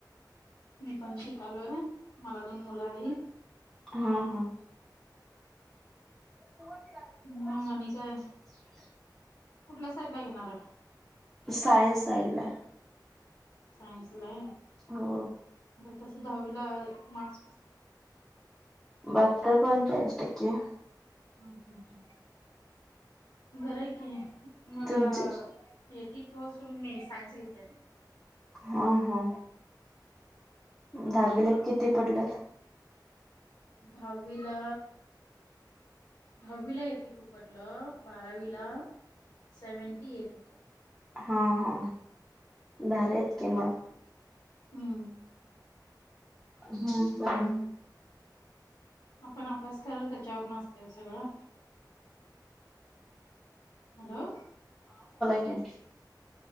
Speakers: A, on the left; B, in the centre.
A: मी पण शिकालोय मला दोन मुलं आहेत.
B: हा हा. हो.
A: मग आणि काय कुठल्या साईड ला घेणार आहे?
B: सायन्स साइडला.
A: सायनसला?
B: हो.
A: तस दहावीला मार्
B: बहाततर पंचाळीस टक्के.
A: हम् ह बरं आहे की, मला
B: तुमचे
A: एटी टू असून मी सायन्स घेतले नई.
B: हा हा. दहावीला किती पडल्यात?
A: धावीला दहावी ला येटी टू पडलं, बारावीला सेव्हनटी एट होता.
B: हा हा, भारी हाईत की मग.
A: हम्म
B: हम्म बरं.
A: मग आपण अभ्यास करल, त्याच्यावर ना असतंय ओ सगळं. हॅलो.
B: <unintelligible>